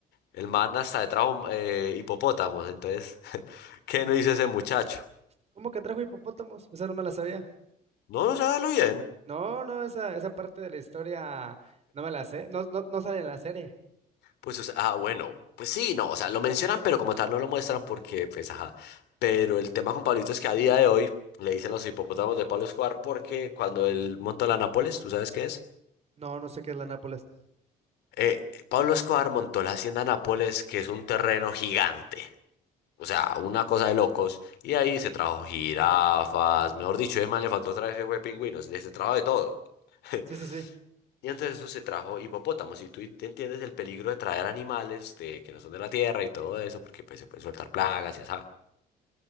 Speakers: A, on the left (about 80°); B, on the right (about 40°).
A: El man hasta de trajo eh, hipopótamos, entonces, <laughs> ¿qué no hizo ese muchacho?
B: ¿Cómo que trajo hipopótamos? Eso no me la sabía.
A: No, no sabe lo bien.
B: No, no, esa, esa parte de la historia no me la sé. No, no, no sale en la serie.
A: Pues, o sea, ah, bueno, pues sí, no, o sea, lo mencionan, pero como tal no lo muestran porque, pues, ajá. Pero el tema con Pablito es que a día de hoy le dicen los hipopótamos de Pablo Escobar porque cuando él montó la Nápoles, ¿tú sabes qué es?
B: No, no sé qué es la Nápoles.
A: Eh, Pablo Escobar montó la hacienda Nápoles, que es un terreno gigante, o sea, una cosa de locos, y de ahí se trajo jirafas, mejor dicho, además le faltó otra traer ese pingüinos, le- se trajo de todo. <laughs>
B: Sí, sí, sí.
A: Y antes de eso se trajo hipopótamos, y tú te entiendes el peligro de traer animales de, que no son de la tierra y todo eso, porque pues, se pueden soltar plagas y así